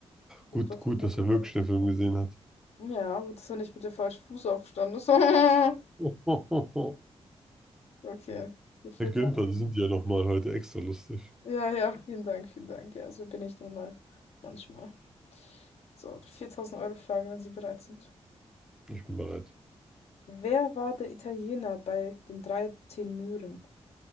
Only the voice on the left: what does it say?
Super,
super,
super.
Ja, gut, dass er nicht mit dem falschen Fuß aufgestanden ist. <laughs>
Okay. die 4000.
Ja, ja, vielen Dank, vielen Dank. Ja, so bin ich nun mal manchmal. So, die 4000-Euro-Frage, wenn Sie bereit sind.
Wer war der Italiener bei den drei Tenören?